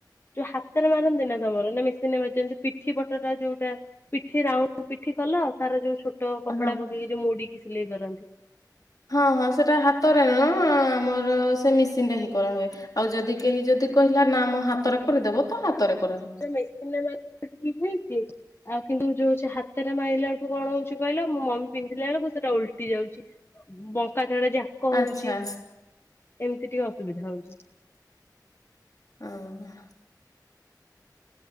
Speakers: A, on the left; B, on the left.
A: ଯୋଉ ହାତରେ ମାରନ୍ତି ନା ତମର ନା ମେସିନରେ ମାରି ପିଠି ପଟ ଟା ଯୋଉଟା ପିଠି ରାଉଣ୍ଡ ପିଠି କଲ ଆଉ ତାର ଯୋଉ ଛୋଟ କପଡା
B: ହଁ।
A: ପକେଇକି ଯୋଉ ମୋଡିକି ସିଲେଇ କରନ୍ତି
B: ହଁ ହଁ ସେଟା ହାତରେ ନ ଆମର ସେ ମେସିନଟା ହିଁ କରାହୁଏ ଆଉ ଯଦି କେହି ଯଦି କହିଲା ନା ମୋ ହାତରେ କରିଦେବ ତ ହାତରେ କରା
A: ମେସିନ ମ ଠିକ ହେଇଛି ଆଉ କିନ୍ତୁ ଯୋଉ ହାତ ରେ ମାଇଲା ଠୁ କଣ ହଉଛି କହିଲ ମ ମି ପିନ୍ଧିଲା ବଳକୁ ସେଟା ଓଲ୍ଟି ଯାଉଛି ବଙ୍କା ତଡା ଯାକ ହଉଛି
B: ଆଚ୍ଛା
A: ଏମିତି ଟିକେ ଅସୁବିଧା ହଉଛି
B: ଅ ହଁ